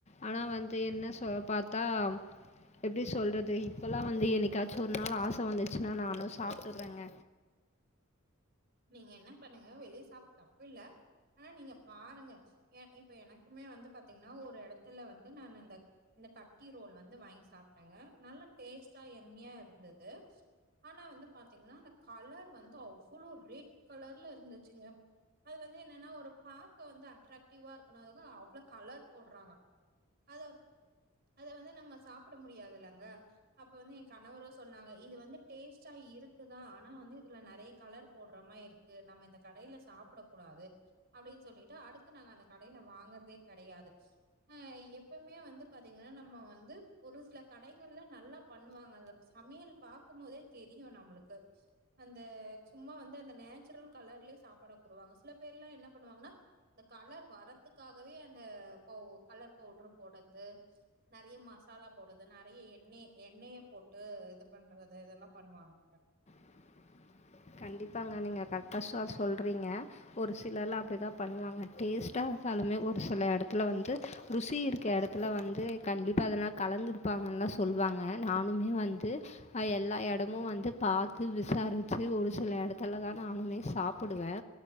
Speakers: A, on the left; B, on the right.
A: ஆனா வந்து என்ன சொ அ பாத்தா எப்டி சொல்றது இப்பலா வந்து என்னைக்காச்சு ஒரு நாள் ஆச வந்துச்சுனா நா ம் சாப்ட்டுற்றேங்க
B: நீங்க என்ன பண்ணுங்க வெளிய சாப்ட தப்பில்ல ஆனா நீங்க பாருங்க எ இப்ப எனக்குமே வந்து பாத்தீங்னா ஒரு எடத்துல வந்து நானு இந்த இந்த கட்டி ரோல் வந்து வாங்கி சாப்ட்டங்க நல்லா டேஸ்ட்டா எம்மியா இருந்தது ஆனா வந்து பாத்தீங்னா அந்த கலர் வந்து அவ்வளோ ரெட் கலர்ல இருந்துச்சுங்க அது வந்து என்னனா ஒரு பாக்க வந்து அட்ராக்டிவ்வா இருக்கனாலதா அவ்ளோ கலர் போட்றாங்க அதோ அத வந்து நம்ம சாப்புட முடியாதுலங்க அப்ப வந்து எ கணவரு சொன்னாங்க இது வந்து டேஸ்ட்டா இ இருக்குதா ஆனா வந்து இதுல நெறைய கலர் போட்ற மாயி இருக்கு நம்ம இந்த கடைல சாப்டக் கூடாது அப்டின் சொல்லிட்டு அடுத்து நாங்க அந்த கடைல வாங் கற்தே கெடையாது அ எப்பவ்மே வந்து பாத்தீங்கனா நம்ம வந்து ஒரு சில கடைங்கள்ல ந நல்லா பண்ணுவாங்க அந்த சமையல் பாக்கும்போதே தெரியு நம்மளுக்கு அந்த சும்மா வந்து அந்த நேச்சுரல் கலர்லே சாப்பாட குடுவாங்க சில பேர்லா என்ன பண்ணுவாங்கனா இந்த கலர் வரத்துக் க்காகவே அந்த பவ் கலர் பவ்ட்ரு போட்றது நெறைய மசாலா போட்றது நெறைய எ எண்ணெ எண்ணெய்ய போட்டு இது பண்றது இதெல்லா பண்ணுவாங்கங்க
A: <inaudible> கண்டிப்பாங்க நீங்க கர்ட்டா சொ சொல்றீங்க ஒரு சிலர்லா அப்டி தா பண்ணுவாங்க டேஸ்ட்டா இருக்கா நானுமே ஒரு சில எடத்துல வந்து ருசி இருக்க எடத்துல வந்து கண்டிப்பா எதனா கலந்துருப்பாங்கன்தா சொல்வாங்க நானுமே வந்து அ எல்லா எடமு வந்து பாத்து விசாரிச்சு ஒரு சில எடத்துல தா நானுமே சாப்புடுவே